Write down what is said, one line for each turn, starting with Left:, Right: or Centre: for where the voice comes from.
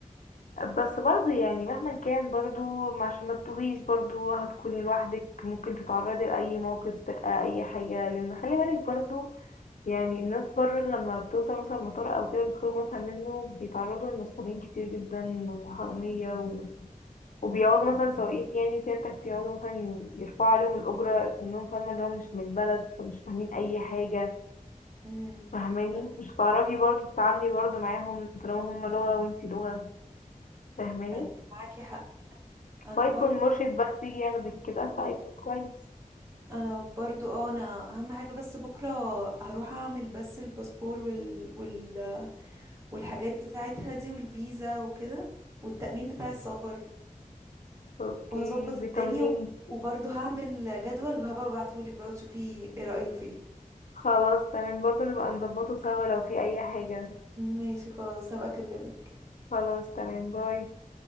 Left: بس برضو يعني مهما كان برضو ما- عشان ما تتوهيش برضو هتكوني لوحدك ممكن تتعرضي لأي موقف سرقة أي حاجة لأن خلي بالك برضو يعني الناس بره لما بتوصل مثلا المطار أو كده بيخرجوا مثلا منه بيتعرضوا لنصابين كتير جدا وحرامية وبيقعدوا مثلا سواقين يعني وكده التاكسي يقعدوا مثلا يرفعوا عليهم الأجرة إنهم فاهمة اللي هو مش من البلد فمش فاهمين أي حاجة
Right: امم
Left: فاهماني
Right: صح.
Left: مش هتعرفي برضه تتعاملي برضه معاهم طالما هما لغة وانتي لغة فاهماني
Right: ايوه معاكي حق انا
Left: فيكون
Right: برضو
Left: مرشد بس يجي ياخدك كده فهيكون كويس
Right: انا برضو اه انا اهم حاجه بس بكره هروح اعمل بس الباسبور وال... وال... والحاجات بتاعتها دي والفيزا وكده والتأمين بتاع السفر
Left: اوكي
Right: وهظبط الدنيا
Left: بيطمنيني
Right: وب... وبرضو هعمل جدول وهبقى ابعتهولك بقى وتشوفي ايه رأيك فيه
Left: خلاص تمام برضه نبقى نظبطه سوا لو في أي حاجة
Right: ماشي خلاص هبقى اكلمك
Left: خلاص تمام باي